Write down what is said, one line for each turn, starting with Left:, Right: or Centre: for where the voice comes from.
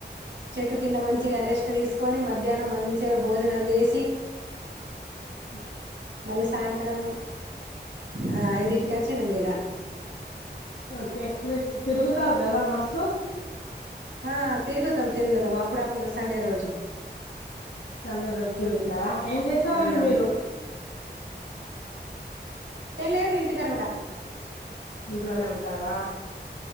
Right: చెట్టు కింద మంచిగా రెస్ట్ తీసుకొని మధ్యాహ్నం మంచిగా భోజనం చేసి
Left: ఉ
Right: మళ్ళీ సాయంత్రం ఆ ఐదుటిక చిన్న మీేద
Left: ఓకే మీరు తిరుగుతారు కదా మస్స్తు
Right: ఆ తిరుగుతాం తిరుగుతాం అప్పుడప్పుడు సండే రోజు
Left: సండే రోజు తిరుగుతారా ఏం చేస్తారంండి
Right: ఆ
Left: మీరు
Right: ఏేమీ లేదు ఇంటికనే ఉంటా.
Left: ఇంట్లోనే ఉంటారా